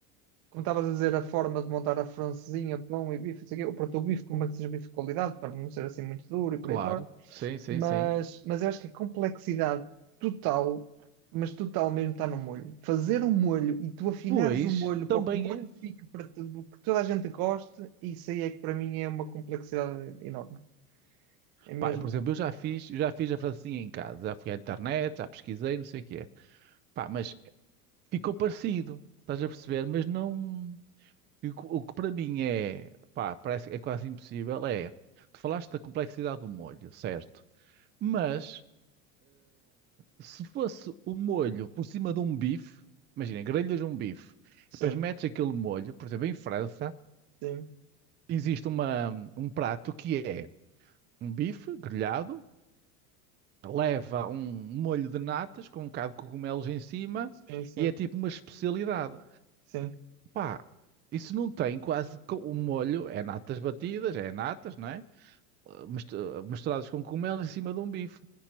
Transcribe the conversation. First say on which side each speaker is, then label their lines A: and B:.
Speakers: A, on the right; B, on the right.
A: como estavas a dizer, a forma de montar a francesinha, pão e bife, não sei o quê, ou para o teu bife, como é que seja bife de qualidade, para não ser assim muito duro e por
B: Claro,
A: aí fora.
B: sim, sim,
A: Mas,
B: sim.
A: mas eu acho que a complexidade total, mas total mesmo, está no molho. Fazer um molho e tu afinares
B: Pois,
A: o molho para
B: também
A: que o molho
B: é.
A: fique para tudo, que toda a gente goste, isso aí é que para mim é uma complexidade enorme. É mesmo?
B: Pá, por exemplo, eu já fiz, eu já fiz a francesinha em casa, já fui à internet, já pesquisei, não sei o que é. Pá, mas ficou parecido, estás a perceber? Mas não. e O que o que para mim é, pá, parece que é quase impossível é. Tu falaste da complexidade do molho, certo? Mas. Se fosse o molho por cima de um bife, imagina, grelhas de um bife,
A: Sim,
B: depois metes aquele molho, por exemplo, em França,
A: sim,
B: existe uma, um prato que é um bife grelhado, leva um molho de natas com um bocado de cogumelos em cima
A: sim, sim,
B: e é tipo uma especialidade.
A: sim.
B: Pá, isso não tem quase. co- O molho é natas batidas, é natas, não é? Mistu- Misturadas com cogumelos em cima de um bife.